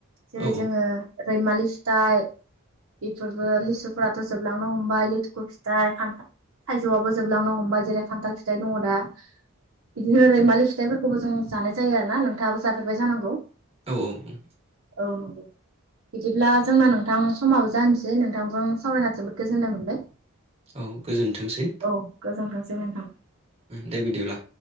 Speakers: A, on the right (about 85°); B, on the right (about 30°).
A: जेरै
B: औ
A: जोङो रैमालि फिथाइ बेफोरबो लिसुफोराथ' जोब लांनो हमबाय लेथुखु फिथाइ खान्था थाइजौआबो जोबलांनो हमबाय जेरै खान्थाल फिथाइ दङ दा बिदिनो रैमालि फिथाइफोरखौबो जों जानाय जायो आरो ना नोंथाङाबो जाफेरबाय जानांगौ।
B: औ औ औ उम
A: औ नंगौ बिदिब्ला जोंना नोंथां समाबो जानोसै नोंथांजों सावरायना जोबोद गोजोननाय मोनबाय
B: औ गोजोनथोंसै
A: औ गोजोनथों सै नोंथां।
B: दे बिदिब्ला